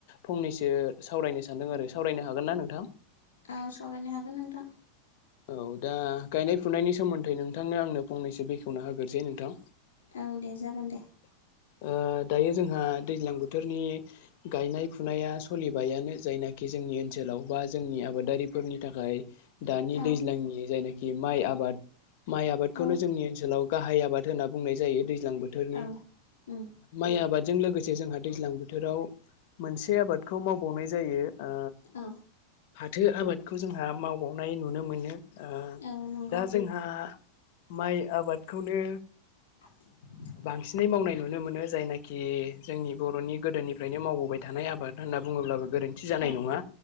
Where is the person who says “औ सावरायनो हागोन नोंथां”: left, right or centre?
Left